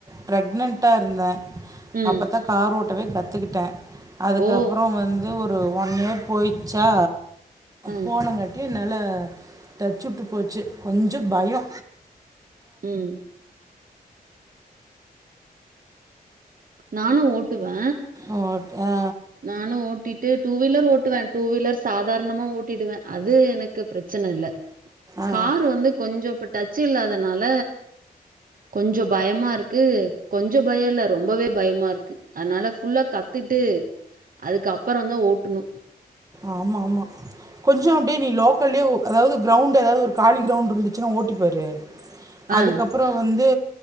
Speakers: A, on the right; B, on the right.
A: ப்ரெக்னெட்டா இருந்தே
B: ம்
A: அப்பத்தா கார் ஓட் ட்டவே கத்துக்கிட்டே அதுக்கப்புறோ
B: ஓ
A: வந்து ஒரு ஒரு ஒன் இயர் போயிச்சா
B: ஆ
A: போனங்கட் டி நல்ல டச்சுவுட்டு போச்சி கொஞ்ச பயோ
B: ம் நானு ஓட்டு வே
A: ஓ ஆ
B: நானு ஓட்டிட்டு டூ வீலர் ஓட்டுவே டூ வீலர்ஸ் சாதாரணமா ஓடிடுவே அது எனக்கு பிரச்சன இல்ல
A: ஆ
B: காரு வந்து கொஞ்சம் இப்ப டச் ச்சி இல்லாதனால கொஞ்சோ பயமா இருக்கு கொஞ்ச பயல்ல ரொம்பவே மா இருக்கு அதனால ஃபுல்லா கத்துட்டு அதுக்கப்புறந்தா ஓட்டணு
A: ஆமா ஆமா கொஞ்சோ அப்பிடியே நீ லோக் க்கலியோ அதாவது கிரௌண்ட் எதாது ஒரு காலி கிரௌண்ட் இருந்துச்சுன்னா ஓட்டிப்பாரு அதுக்கப்புறோ
B: ஆ
A: வந் து